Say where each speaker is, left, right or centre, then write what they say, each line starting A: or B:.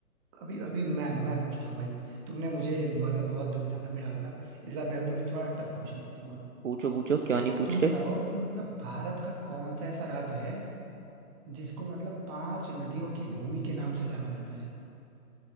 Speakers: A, on the right; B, on the right.
A: अभी अभी मैं मैं पूछता हूँ भाई तुमने मुझे मतलब बहुत दुविधा में डाला था इस बार मैं भी तुमसे थोड़ा टफ क्वेश्चन पूछूंगा
B: पूछो पूछो क्यों नहीं पूछ
A: तुम
B: रहे
A: बताओ कि मतलब भारत का कौन सा ऐसा राज्य है जिसको मतलब पांच नदियों की भूमि के नाम से जाना जाता है